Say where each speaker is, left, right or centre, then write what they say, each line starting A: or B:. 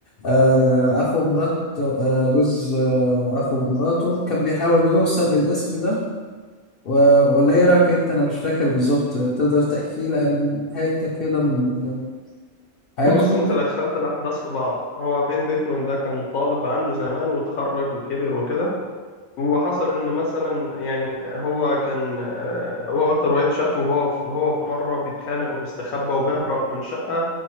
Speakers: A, on the left; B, on the left.
A: آه، أخو مرات آه، جوز آه، أخو مراته كان بيحاول يوصل للاسم ده و... ولا ايه رايك انت انا مش فاكر بالظبط تقدر تحكي لي عن حته كده من حياتهم
B: بص أنت دخلت الأحداث في بعض هو بين بيكمان ده كان طالب عنده زمان واتخرج وكبر وكده وحصل إن مثلا يعني هو كان آه، والتر وايت شافه هو في هو في مرة بيتخانق وبيستخبى وبيهرب من شقة